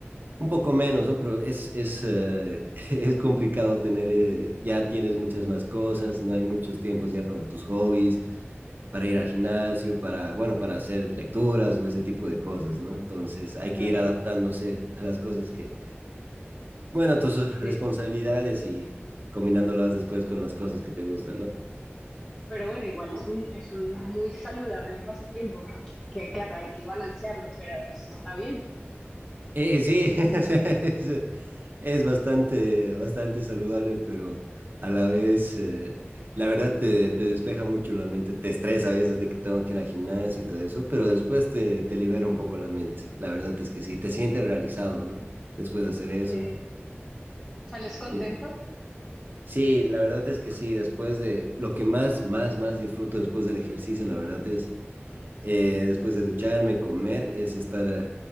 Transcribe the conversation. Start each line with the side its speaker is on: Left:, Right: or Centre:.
Right: Un poco menos, ¿no? Pero es, es, eh, <laughs> es complicado tener, eh, ya tienes muchas más cosas, no hay muchos tiempos ya para tus hobbies, para ir al gimnasio, para, bueno, para hacer lecturas o ese tipo de cosas, ¿no? Entonces hay
Left: claro,
Right: que ir adaptándose a las cosas que, bueno, a tus
Left: sí.
Right: responsabilidades y combinándolas después con las cosas que te gustan, ¿no?
Left: Pero bueno, igual es un, es un muy saludable pasatiempo que, que, claro, hay que balancearlo, pero es- está bien.
Right: Eh, sí, <laughs> es, es es bastante, bastante saludable, pero a la vez, eh, la verdad te, te despeja mucho la mente, te estresa a veces de que tengo que ir al gimnasio y todo eso, pero después te, te libera un poco la mente. La verdad es que sí, te sientes realizado, ¿no? Después de hacer eso.
Left: Sí. ¿Sales contento?
Right: Sí, sí. Sí, la verdad es que sí, después de lo que más, más, más disfruto después del ejercicio, la verdad es eh, después de ducharme, comer, es estar eh,